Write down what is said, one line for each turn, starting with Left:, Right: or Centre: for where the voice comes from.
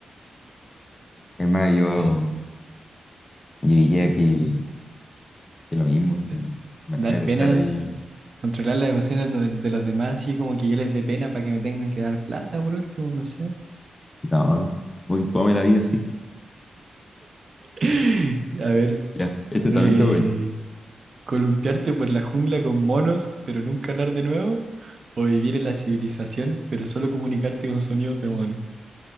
Left: Hermano, yo,
Right: Así,
Left: yo diría que, que lo mismo.
Right: da-
Left: sí. Imagínate
Right: dar pena,
Left: estar ahí.
Right: controlar las emociones de, de los demás, así como que yo les dé pena para que me tengan que dar plata por último, no sé.
Left: No, muy fome la vida así.
Right: <laughs> A ver,
Left: Ya, este
Right: eh,
Left: también está bueno.
Right: columpiarte por la jungla con monos, pero nunca hablar de nuevo, o vivir en la civilización, pero solo comunicarte con sonidos de mono.